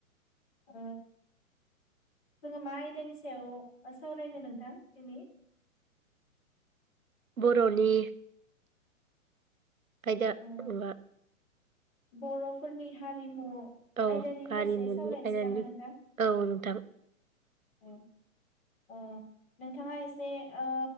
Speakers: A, on the left; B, on the right.
A: अ जोङो मा आयदानि सायाव ओ सावरायनो नोंथां दिनि
B: बर'नि <unintelligible>
A: ओ बर'फोरनि हारिमु
B: औ
A: आयदानि
B: हारिमुनि
A: फारसे सावरायनोसै
B: आयदानि
A: नामा नोंथां?
B: औ नोंथां
A: ओं ओ नोंथाङा एसे ओ